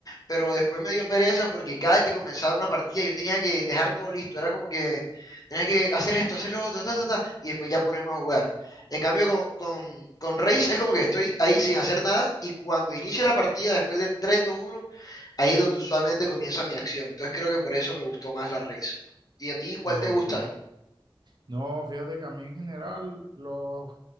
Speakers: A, on the left; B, on the right.
A: pero después me dio pereza porque cada vez que comenzaba una partida yo tenía que dejar todo listo, era como que tenía que hacer esto, hacer lo otro, ta, ta, ta, y después ya ponerme a jugar. En cambio con, con, con Raze es como que estoy ahí sin hacer nada y cuando inicia la partida después del tres dos uno Ahí es donde usualmente comienza mi acción. Entonces creo que por eso me gustó más la race. ¿Y a ti cuál
B: ok.
A: te gusta?
B: No, fíjate que a mí en general los